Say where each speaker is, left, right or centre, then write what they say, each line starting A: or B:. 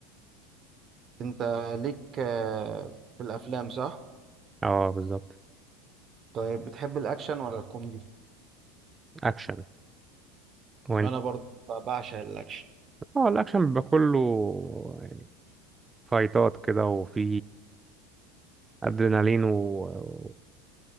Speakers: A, on the right; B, on the right.
A: انت ليك آه، في الافلام صح
B: اه بالظبط
A: طيب بتحب الاكشن ولا الكوميدي
B: اكشن وانت
A: انا برضه بعشق الاكشن
B: اه الاكشن بيبقى كله يعني فايتات كده وفي ادرينالين و و-